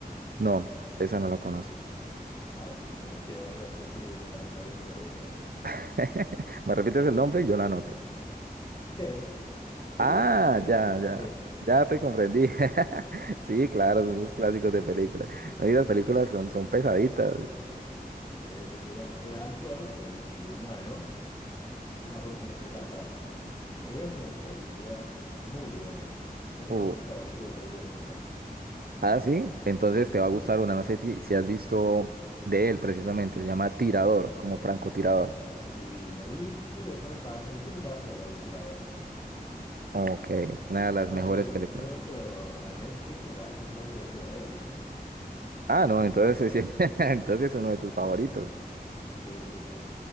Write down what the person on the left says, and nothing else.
Ah, bueno, <laughs> tenés que darle así, sí, es para morirse de risa.
Ted, T-E-D.
Sí, sí, sí, bueno, era actor, el, el humano, no me acuerdo cómo se llama, pero él hace unas películas muy buenas. Ese
es mi actor favorito de películas de suspenso.
Sí, la vi, creo que la semana pasada, el fin de pasado la vi tirador.
Pasa
que yo,
yo entro a Netflix y me aparecen solamente películas de él, ¿viste?
Sí, sí, sí.